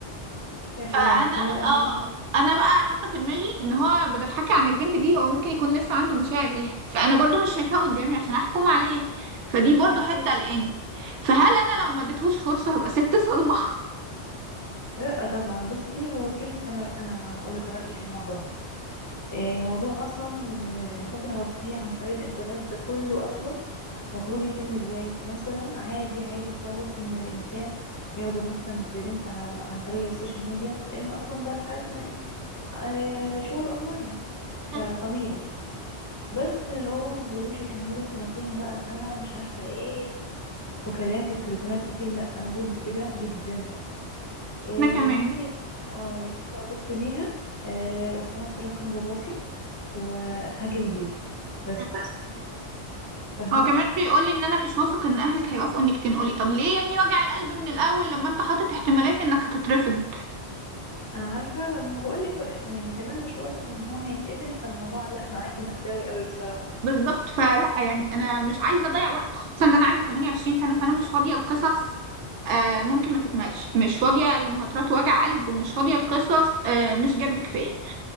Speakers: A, on the right (about 90°); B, on the left (about 20°).
A: فانا
B: إح- يعني احتمال أهله
A: اه انا بقى حاطه في دماغي ان هو بدل حكي عن البنت دي هو ممكن يكون لسه عنده مشاعر ليها فانا برضو مش شايفاه قدامي عشان احكم عليه فدي برضو
B: أكيد
A: حته
B: صح
A: قلقاني فهل انا لو ما اديتهوش فرصه هبقى ست صلمه
B: لأ طبعا بصي هو كلمة أنا أنا أقول لك رأيي في الموضوع ده إيه، موضوع أصلا ال- القتل العاطفي عن طريق الإنترنت ده كله أصلا المفروض يتم إزاي مثلا عادي عادي خالص إن الإنسان يعجب مثلا ببنت ع- عن طريق السوشيال ميديا لأن أصلا بقت حياتنا إيه آه، شغل أونلاين فطبيعي
A: <laughs>
B: بس اللي هو ما فضلوش يكملوا سنتين بقى سنة مش عارفة إيه وكلام في التليفونات كتير لا انا ضد كده جدا إيه
A: انا كمان
B: يا سيدي اه يا سيدي اعجبت بيها إيه لو سمحت رقم باباكي وهاجي البيت بس
A: مهم.
B: فاهمه
A: هو كمان بيقولي ان انا مش واثق ان اهلك هيوافقوا انك تنقلي طب ليه يا ابني وجع القلب من الاول لما انت حاطط احتمالات انك هتترفض
B: انا عارفه ما بقولك يعني كمان مش واثق ان هو هيتقبل فالموضوع لا معاكي مأساوي قوي بصراحه
A: بالظبط فلا يعني انا مش عايزه اضيع وقت خصوصا ان انا عندي 28 سنه فانا مش فاضيه لقصص آه ممكن ما تكملش مش فاضيه لمهاترات وجع قلب ومش فاضيه لقصص آه مش جد كفايه